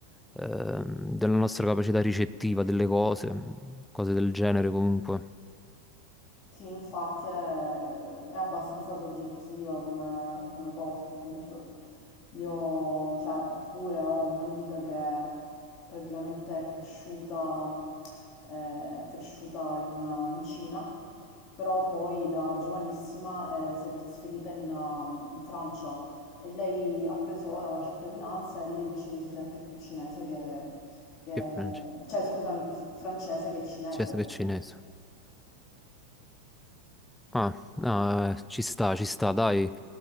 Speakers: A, in the centre; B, on the left.
A: ehm, della nostra capacità ricettiva delle cose, mh, cose del genere comunque.
B: Sì, infatti è, è abbastanza soggettiva come, come cosa, appunto. Io, cioè, pure ho un'amica che praticamente è cresciuta, eh, è cresciuta in, in Cina, però poi da giovanissima, eh, si è trasferita in, um, in Francia e lei ha preso ora la cittadinanza e lei dice che si sente più cinese che, che-
A: Che francese?
B: cioè, scusami, più francese che cinese.
A: Cinese Che cinese? Ah, no, eh, ci sta, ci sta, dai.